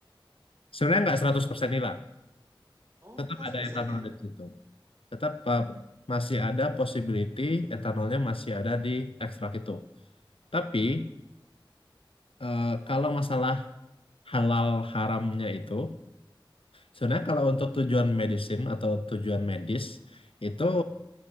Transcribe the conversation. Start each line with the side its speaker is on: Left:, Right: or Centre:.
Left: Sebenarnya nggak 100% hilang.
Right: Oh,
Left: Tetap
Right: nggak 100%
Left: ada etanol
Right: ya?
Left: di situ. Tetap uh, masih ada possibility etanolnya masih ada di ekstrak itu. Tapi uh, kalau masalah halal haramnya itu, sebenarnya kalau untuk tujuan medisin atau tujuan medis itu